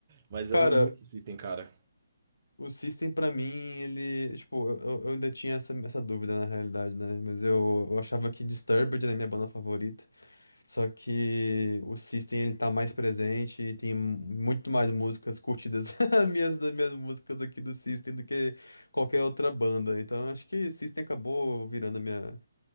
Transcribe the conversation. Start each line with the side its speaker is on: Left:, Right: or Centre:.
Right: Mas
Left: Cara,
Right: eu amo muito System, cara.
Left: o System pra mim, ele... Tipo, eu, eu eu ainda tinha essa, essa dúvida na realidade, né? Mas eu, eu achava que Disturbed era a minha banda favorita. Só que o System ele tá mais presente e tem muito mais músicas curtidas <laughs> as minhas das minhas músicas aqui do System do que qualquer outra banda. Então acho que System acabou virando a minha